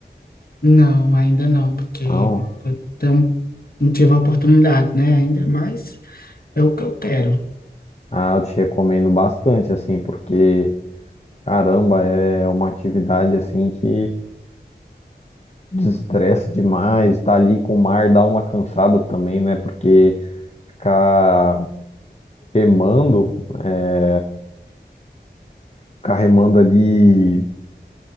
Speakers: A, on the left; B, on the left.
A: Não, ainda não, porque
B: Não.
A: então, não tive a oportunidade, né? Ainda mas é o que eu quero.
B: Ah, eu te recomendo bastante, assim, porque, caramba, é uma atividade, assim, que desestressa demais. Tá ali com o mar, dá uma cansada também, né? Porque ficar remando, é, ficar remando ali